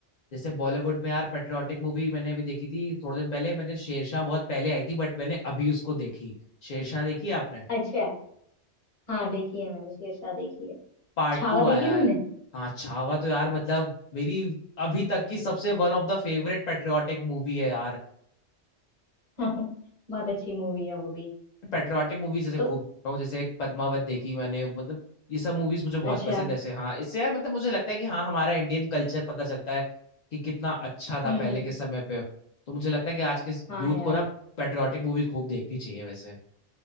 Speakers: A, on the left; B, on the left.
A: जैसे बॉलीवुड में यार पैट्रियाटिक मूवी मैंने अभी देखी थी थोड़े दिन पहले मैंने शेरशाह बहुत पहले आई थी बट मैंने अभी उसको देखी शेरशाह देखी है आपने
B: अच्छा हाँ देखी है मैंने शेरशाह देखी है
A: पार्ट
B: छावा
A: टू
B: देखी
A: आया
B: तुमने
A: है हाँ छावा तो यार मतलब मेरी अभी तक की सबसे one of the favourite patriotic movie है यार
B: <laughs> बहुत अच्छी मूवी है वो भी
A: पेट्रियाटिक मूवीज जैसे
B: तो
A: खूब देखता हूँ जैसे पद्मावत देखी मैंने मतलब ये सब मूवीज मुझे बहुत
B: अच्छा
A: पसंद है ऐसे हाँ इससे यार मतलब मुझे लगता है कि हाँ हमारा इंडियन कल्चर पता चलता है कि कितना अच्छा था
B: हम्म
A: पहले
B: हम्म
A: के समय पे तो मुझे लगता है कि आज के
B: हाँ
A: यूथ
B: यार
A: को ना पेट्रियाटिक मूवी खूब देखनी चाहिए वैसे